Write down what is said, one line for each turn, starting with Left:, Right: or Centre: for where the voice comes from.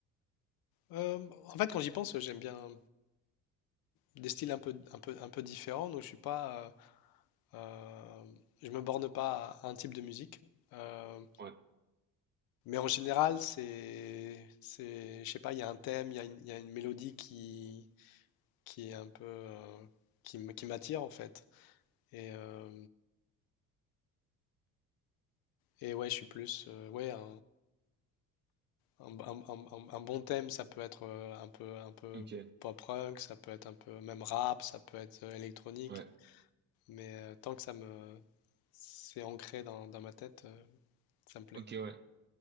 Left: Euh, en fait, quand j'y pense, j'aime bien des styles un peu, un peu, un peu différents, donc je suis pas. euh, Euh, je me borne pas à un type de musique. Euh,
Right: Ouais.
Left: mais en général, c'est, c'est, je sais pas, il y a un thème, il y a une, il y a une mélodie qui, qui est un peu, euh, qui, m- qui m'attire en fait. Et, euh, et ouais, je suis plus, euh, ouais, un, un, un- un- un- un bon thème, ça peut être euh, un peu, un peu
Right: Ok.
Left: pop punk, ça peut être un peu même rap, ça peut être euh, électronique.
Right: Ouais.
Left: Mais euh, tant que ça me, c'est ancré dans, dans ma tête, euh, ça me plaît.
Right: Ok, ouais.